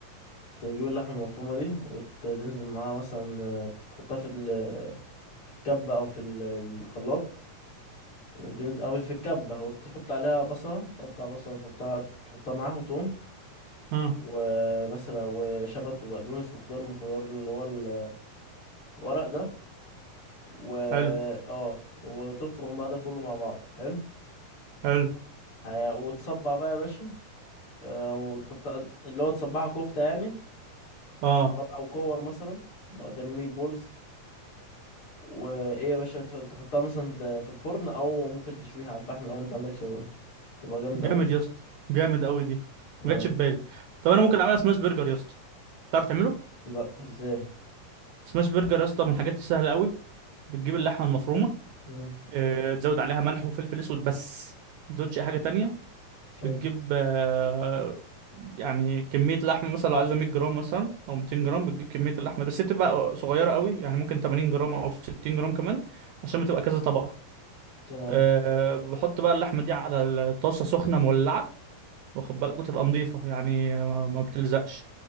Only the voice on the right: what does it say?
اه
حلو
حلو
اه
جامد
يا اسطى جامد قوي دي
ما جاتش في بالي طب انا ممكن اعملها سماش برجر يا اسطى تعرف تعمله
سماش برجر يا اسطى من الحاجات السهله قوي بتجيب اللحمه المفرومه
آه، تزود عليها ملح وفلفل اسود بس ما تزودش اي حاجه تانية
بتجيب آه، يعني كميه لحمه مثلا لو عايزها 100 جرام مثلا او 200 جرام بتجيب كميه اللحمه بس هي بتبقى صغيره قوي يعني ممكن 80 جرام او 60 جرام كمان عشان بتبقى كذا طبقه
آه، بحط بقى اللحمه دي على الطاسه سخنه مولعه واخد بالك وتبقى نظيفه يعني ما ما بتلزقش